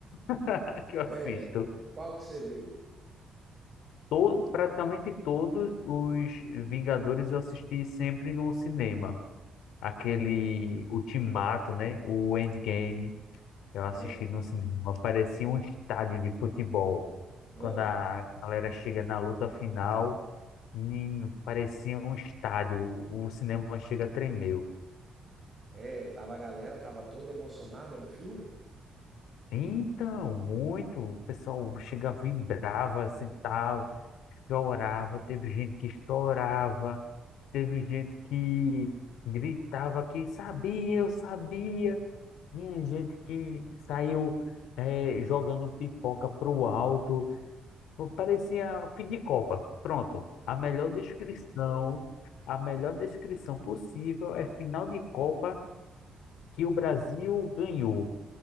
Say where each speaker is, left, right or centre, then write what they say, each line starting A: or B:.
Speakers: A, on the left; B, on the right.
A: <laughs> que eu
B: É,
A: assisto.
B: qual que você viu?
A: To- praticamente todos os Vingadores eu assisti sempre no cinema. Aquele
B: Ah,
A: Ultimato, né? O Endgame, eu assisti
B: ah,
A: no cinema. Parecia um estádio de futebol.
B: ah.
A: Quando a galera chega na luta final. Menino, parecia um estádio, o o cinema chega a tremer.
B: É, tava a galera tava toda emocionada no filme?
A: Então, muito, o pessoal chega, vibrava, assim, tal, chorava, teve gente que chorava, teve gente que gritava que sabia, eu sabia, tinha gente que saiu eh, jogando pipoca pro alto, Pô, parecia fim de Copa. Pronto, a melhor descrição, a melhor descrição possível é final de Copa que o Brasil ganhou.